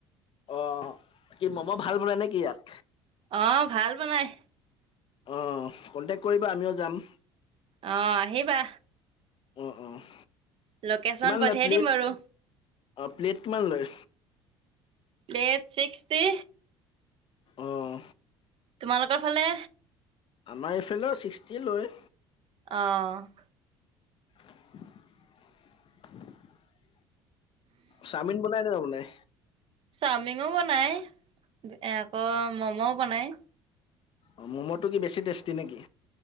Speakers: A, on the left; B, on the right.
A: অ', কি মম' ভাল বনাই নে কি ইয়াত?
B: অ', ভাল বনাই।
A: অঁ', কণ্টেক্ট কৰিব আমিও যাম।
B: অ', আহিবা।
A: অ', অ',
B: লোকেশ্যন
A: কিমান
B: পঠিয়াই
A: লয় প্লেট
B: দিম বাৰু
A: অ', প্লেট কিমান লয়?
B: Plate sixty.
A: আহ।
B: তোমালোকৰ ফালে?
A: আমাৰ এফালেও ছিক্সটিয়ে লয়।
B: অঁ'।
A: <unintelligible> চাওমিন বনাই নে ন বনাই?
B: চাওমিনো বনাই আকৌ মম'ও বনাই।
A: অঁ', ম'ম'টো কি বেছি টেষ্টি নেকি?